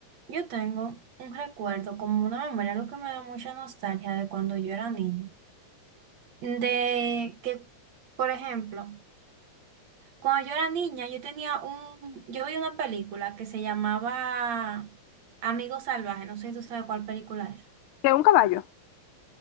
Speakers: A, on the right; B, on the left.
A: Yo tengo un recuerdo, como una memoria, lo que me da mucha nostalgia de cuando yo era niña. De que, por ejemplo, cuando yo era niña, yo tenía un, yo vi una película que se llamaba Amigo Salvaje, no sé si tú sabes cuál película es.
B: Que un caballo.